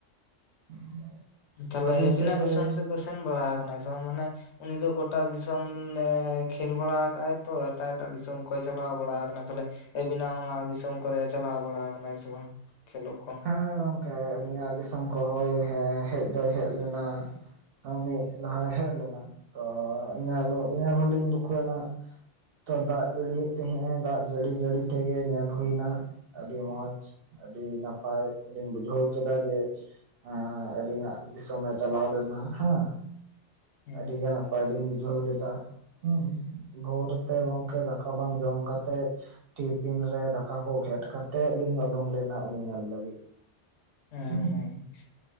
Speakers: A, on the right; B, on the left.
A: <inaudible>
B: ᱛᱟᱦᱞᱮ
A: ᱟᱹᱵᱤᱱ
B: ᱟᱹᱵᱤᱱᱟᱜ
A: ᱥᱮᱫ ᱫᱚᱭ
B: ᱫᱤᱥᱚᱢ ᱥᱮᱫ ᱫᱚ ᱥᱮᱱ ᱵᱟᱲᱟ ᱟᱠᱟᱱᱟᱭ ᱥᱮ ᱵᱟᱝ ᱢᱟᱱᱮ ᱩᱱᱤ ᱫᱚ ᱜᱚᱴᱟ ᱫᱤᱥᱚᱢ ᱱᱮ ᱠᱷᱮᱞ ᱵᱟᱲᱟ ᱟᱠᱟᱫ ᱟᱭ ᱛᱚ ᱮᱴᱟᱜ ᱮᱴᱟᱜ ᱫᱤᱥᱚᱢ ᱠᱚᱭ ᱪᱟᱞᱟᱣ ᱵᱟᱲᱟ ᱟᱠᱟᱱᱟ ᱛᱟᱦᱚᱞᱮ ᱟᱹᱵᱤᱱᱟᱜ ᱚᱱᱟ ᱫᱤᱥᱚᱢ ᱠᱚᱨᱮ ᱪᱟᱞᱟᱣ ᱵᱟᱲᱟ ᱠᱟᱱᱟᱭ ᱥᱮ ᱵᱟᱝ ᱠᱷᱮᱞᱳ ᱠᱚ
A: ᱦᱮᱸ ᱜᱚᱝᱠᱮ ᱟᱹᱞᱤᱧᱟᱜ ᱫᱤᱥᱚᱢ ᱠᱚ ᱦᱚᱭ ᱦᱮᱡ ᱫᱚᱭ ᱦᱮᱡ ᱞᱮᱱᱟ ᱢᱤᱫ ᱞᱟᱦᱟᱭ ᱦᱮᱡ ᱞᱮᱱᱟ ᱛᱚ ᱮᱱᱮ ᱦᱤᱞᱚᱜ <unintelligible> ᱛᱚ ᱫᱟᱜ ᱡᱟᱹᱲᱤᱭᱮᱫ ᱛᱟᱦᱮᱸᱜ ᱮ ᱫᱟᱜ ᱡᱟᱹᱲᱤ ᱡᱟᱹᱲᱤ ᱛᱮᱜᱮ ᱧᱮᱞ ᱦᱩᱭ ᱮᱱᱟ ᱟᱹᱰᱤ ᱢᱚᱸᱡᱽ ᱟᱹᱰᱤ ᱱᱟᱯᱟᱭ ᱞᱤᱧ ᱵᱩᱡᱷᱟᱹᱣ ᱠᱮᱫᱟ ᱡᱮ ᱦᱮᱸ ᱟᱹᱞᱤᱧᱟᱜ ᱫᱤᱥᱚᱢ ᱮ ᱪᱟᱞᱟᱣ ᱞᱮᱱᱟ ᱦᱮᱸ
B: ᱦᱮᱸ
A: ᱟᱹᱰᱤ ᱜᱟᱱ ᱱᱟᱯᱟᱭᱞᱤᱧ ᱵᱩᱡᱷᱟᱹᱣ ᱞᱮᱫᱟ ᱦᱮᱸ ᱵᱷᱳᱨ ᱛᱮ ᱜᱚᱝᱠᱮ ᱫᱟᱠᱟ ᱵᱟᱝ ᱡᱚᱢ ᱠᱟᱛᱮᱜ ᱴᱤᱯᱷᱤᱱ ᱨᱮ ᱫᱟᱠᱟ ᱠᱚ ᱜᱷᱮᱸᱴ ᱠᱟᱛᱮᱜ ᱞᱤᱧ ᱩᱰᱩᱠ ᱞᱮᱱᱟ ᱩᱱᱤ ᱧᱮᱞ ᱞᱟᱹᱜᱤᱫ
B: ᱦᱮᱸ
A: ᱦᱩᱸ
B: ᱦᱮᱸ